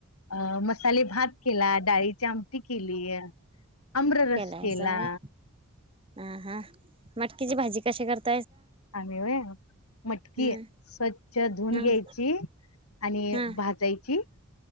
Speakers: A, on the left; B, on the right.
A: अ मसाले भात केला, डाळीची आमटी केली, आम्ररस
B: केलायसा
A: केला.
B: व्हय हा हा मटकीची भाजी कशी करत
A: आमी व्हय. मटकी
B: हम्म
A: स्वच्छ धुन
B: हम्म
A: घ्यायची आणि
B: हम्म
A: भाजायची.